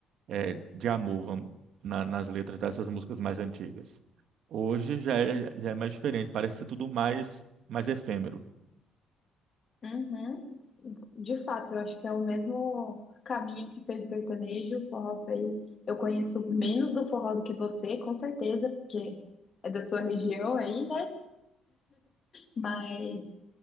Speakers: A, on the right (about 60°); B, on the left (about 35°).
A: é, de amor vamos- na- nas letras dessas músicas mais antigas. Hoje já é, já é mais diferente, parece ser tudo mais, mais efêmero.
B: uhum. De fato, eu acho que é o mesmo caminho que fez o sertanejo, o forró fez. Eu conheço menos do forró do que você, com certeza, porque é da sua região aí, né? Mas